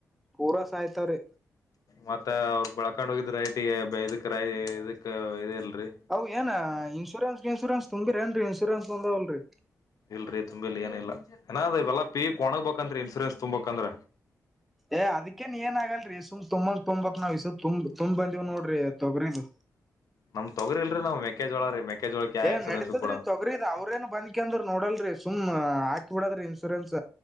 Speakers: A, in the centre; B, on the left (about 65°).
A: ಪೂರ್ಸ ಆಯ್ತಾವ್ರೀ
B: ಮತ್ತ ಅವ್ರ ಬೆಳ್ಕೊಂಡ್ ಹೋಗಿದ ರೈಟ್ ಇದಕ್ ರೈ ಇದಕ್ ಇದ ಇಲ್ರಿ
A: ಅವು ಏನ ಇನ್ಶೂರೆನ್ಸ್ ಇನ್ೂರೆನ್ಸ್ ತುಂಗಿರಿ ನ್ರಿ ಇನ್ಸೂರೆನ್ಸ್ ಬಂದವಲ್ರರಿ
B: ಇಲ್ರರಿ ತುಂಬಿ ಇ ಏನ ಇಾಏ ಇವೆಲ್ಲ ಪೀಕ್ ಒಣಗಗ್ಬೇಕಂತತ್ರಿ ಇನ್ಸೂರೆನ್ಸ್ ತುಂಬಬೇಕಂದ್ರ
A: ಏ ಅದ್ಕನ್ ಏನ್ ಆಗಲ್ರರಿ ಸುಮ್ ತುಂಬಂಗ ತುಂಬಕ್ಾವ್ಸ ತುಂಬ ತುಂಬ್ ಬಂದೀವ್ ನೋಡ್ರಿ ತೊಗ್ರನ್
B: ನಮ್ ತಗರಿಲ್ರಿ ನಾವ ಮೆಕಜೋಳ ರೀ ಮೆಕ್ಕೆಜೋಳಕ್ಕೆ ಯಾವ
A: ಏನ್
B: ಇನ್ಸೂರೆನ್ಸ್
A: ನಡತದ್ರೀ
B: ಕೊಡಲ್ಲ
A: ತೊಗ್ರಿದ ಅವ್ರ ೇನ್ ಬಂದ ಯಾಕಂದ್ರ ನೋಡಲ್ರರಿ ಸುಮ್ ಹಾಕಿ ಬಿಡದ್ರಿ ಇನ್ಸೂರೆನ್ಸ್